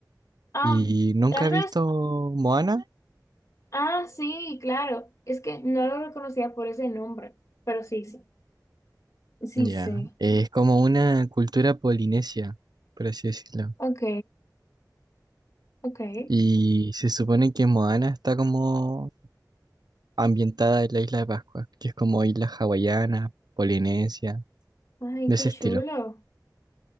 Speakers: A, on the left; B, on the right.
A: Ah,
B: ¿Y nunca
A: tal
B: he visto
A: vez.
B: Moana?
A: Ah, sí, claro. Es que no lo reconocía por ese nombre, pero sí, sí. Sí,
B: Ya,
A: sí.
B: Es como una cultura polinesia, por así decirlo.
A: Ok, ok.
B: Y se supone que Moana está como ambientada en la isla de Pascua, que es como isla hawaiana, polinesia,
A: Ay,
B: de
A: qué
B: ese estilo.
A: chulo.